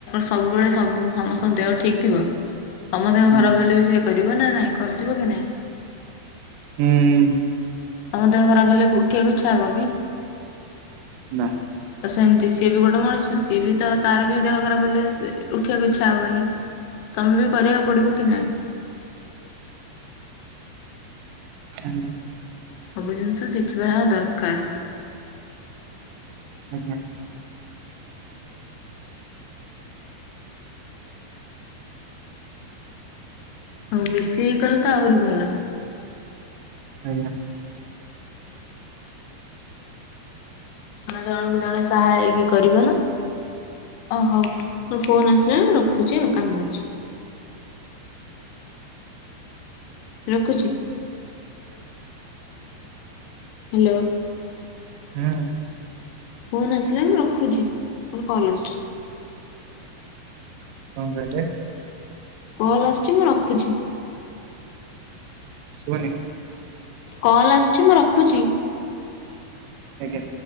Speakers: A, on the left; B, on the right.
A: ସବୁବେଳେ ସବୁ <inaudible> ସମସ୍ତଙ୍କ ଦେହ ଠିକ୍ ଥିବ। ତମ ଦେହ
B: ହୁଁ
A: ଖରାପ ହେଲେ ବି ସିଏ କରିବ ନା ନାଇଁ କରୁଥିବ କି ନାଇଁ?
B: ହୁଁ।
A: ତମ ଦେହ ଖରାପ ହେଲେ ଉଠିବାକୁ ଇଚ୍ଛା ହେବ କି?
B: ନା।
A: ତ ସେମିତି ସିଏ ବି ଗୋଟେ ମଣିଷ ସିଏ ବି ତ ତାର ବି ଦେହ ଖରାପ ହେଲେ <inaudible> ଉଠିବାକୁ ଇଚ୍ଛା ହବନି। ତମେ ବି କରିବାକୁ ପଡିବ କି ନାହିଁ?
B: ହୁଁ
A: ସବୁ ଜିନିଷ ଶିଖିବା ଦରକାର।
B: ଆଜ୍ଞା।
A: ହଉ ମିଶିକି କଲେ ତ ଆହୁରି ଭଲ।
B: ଆଜ୍ଞା।
A: ମାନେ ଜଣକୁ ଜଣେ ସାହା ହେଇକି କରିବ ନା। ଓ ହଉ ମୋର ଫୋନ ଆସିଲା ମୁ ରଖୁଛି ଆଉ କାମ ଅଛି। ରଖୁଚି। ହାଲୋ।
B: ହୁଁ।
A: ଫୋନ୍ ଆସିଲାଣି ମୁଁ ରଖୁଚି ମୋର କଲ୍ ଆସୁଛି।
B: କଣ କହିଲେ?
A: କଲ୍ ଆସୁଚି ମୁଁ ରଖୁଚି।
B: ସୁଭାନି।
A: କଲ୍ ଆସୁଚି ମୁଁ ରଖୁଚି।
B: ଏ